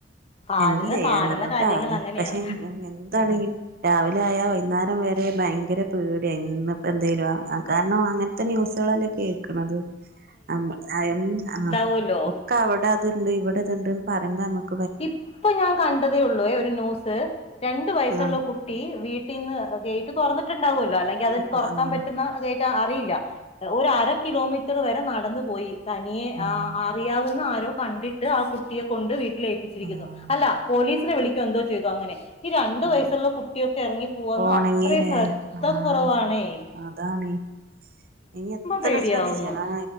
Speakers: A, on the left (about 35°); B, on the right (about 55°).
A: ആരുന്ന്
B: എന്ത് ചെയ്യാന
A: കാണുന്ന
B: ഓരോ
A: കാര്യങ്ങൾ
B: കാലം
A: അങ്ങനെയാ
B: പക്ഷെ എന്താണെങ്കി രാവിലെ ആയാ വൈന്നാരം വരെ ഭയങ്കര പേടിയാ ഇന്ന് ഇപ്പം എന്തേലും അ അ കാരണം അങ്ങൻ ത്തെ ന്യൂസുകളല്ലേ കേൾക്ക്ണത് അം അയമ് ആഹ്
A: ലോ
B: ക്ക അവിടെ അത്ണ്ട് ഇവിടെ ഇത്ണ്ട്ന്ന് പറിയ്മ്പ നമ്മക്ക്
A: ഇപ്പ ഞാൻ കണ്ടതേ ഒള്ളൂ ഏ ഒരു ന്യൂസ് രണ്ടു വയസ്സുള്ള
B: ആഹ് ആഹ്
A: കു ട്ടി വീട്ടിന്ന് ഗേറ്റ് തുറന്നിട്ട്ണ്ടാവുല്ലോ അല്ലെങ്കി അത്
B: ആഹ്
A: തൊറക്കാൻ
B: ആഹ്
A: പറ്റുന്ന ഗേറ്റ് അറിയില്ല ഒര അര കിലോമീറ്റർ വരെ നടന്നു പോയി തനിയെ
B: ആഹ്
A: ആ അറിയാവുന്ന ആരോ കണ്ടിട്ട് ആ കുട്ടിയെ കൊണ്ട് വീട്ടിൽ ഏൽപ്പിച്ചിരിക്കുന്നു
B: ആഹ്
A: അല്ല പോലീസ് വിളിക്കോ എന്തോ ചെയ്തു അങ്ങനെ ഈ രണ്ടു
B: ആഹ്
A: വയസ്സുള്ള കുട്ടിയൊക്കെ ഇറങ്ങി പോവാന്ന
B: പോണെങ്കില്
A: അത്രയും ശ്രദ്ധ
B: ആഹ്
A: കൊറവാണേ
B: അതാണ് ഇനി എത്ര
A: പേടിയാവുന്നു
B: ശ്രദ്ധിച്ചാ നാ